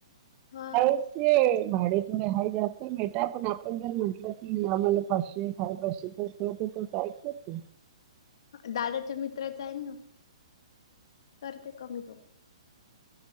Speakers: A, on the left; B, on the right.
A: हा
B: काय ते भाडे थोडे हाय जास्त आहे बेटा पण आपण जर म्हंटलं की आम्हाला पाचशे साडेपाचशे तर शेवटी तुमच ऐकतात ते
A: हा दादाच्या मित्राच हाय ना करते कमी तो